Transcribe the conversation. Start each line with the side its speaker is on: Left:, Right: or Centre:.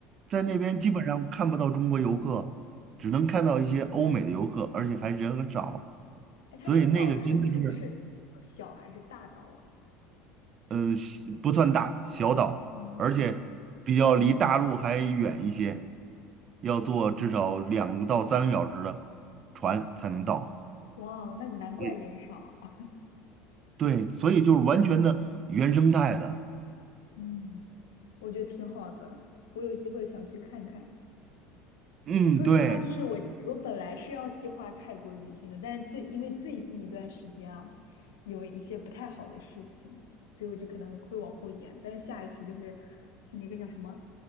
Right: 在那边基本上看不到中国游客，
Left: 啊，
Right: 只能看到一些欧美的游客，而且还人很少，
Left: 哎，他那个岛是不是是小还是大岛啊？
Right: 所以那个真的是。嗯，是不算大，小岛，
Left: 哦，
Right: 而且比较离大陆还远一些，要坐至少两到三个小时的船才能到。
Left: 哇，那难怪人少。
Right: 对，
Left: <laughs>
Right: 对，所以就是完全的原生态的。
Left: 嗯，我觉得挺好的，我有机会想去看看。
Right: 嗯，
Left: 说实话，
Right: 对，
Left: 就是我我本来是要计划泰国旅行的，但是最因为最近一段时间啊，有一些不太好的事情，所以我就可能会往后延。但是下一次就是去那个叫什么